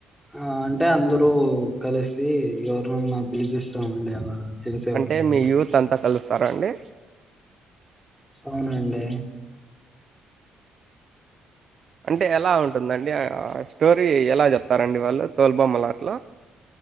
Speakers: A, in the centre; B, on the right.
A: ఆ అంటే అందరూ కలిసి ఎవరినన్నా పిలిపిస్తామండి అలా చేసేవాళ్ళని
B: అంటే మీ యూత్ అంతా కలుస్తారా అండి
A: అవునండి
B: అంటే ఎలా ఉంటుందండి ఆ స్టోరీ ఎలా జెప్తారండి వాళ్ళు తోల్బొమ్మలాట్లో